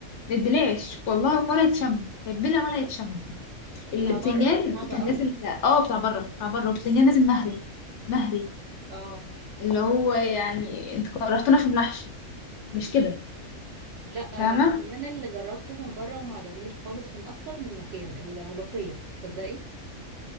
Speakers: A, on the left; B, on the right.
A: ما اتبلعش والله ولا يتشم لا يتبلع ولا يتشم البتنجان
B: بتاع بره صعبه
A: كان
B: قوي
A: نازل اه بتاع بره بتاع بره والبتنجان نازل مهري مهري
B: اه
A: اللي هو يعني انت كرهتنا في المحشي مش كده
B: لا
A: فاهمه
B: آه كمان اللي جربته من بره وما عجبنيش خالص من اكتر من مكان الملوخية تصدقي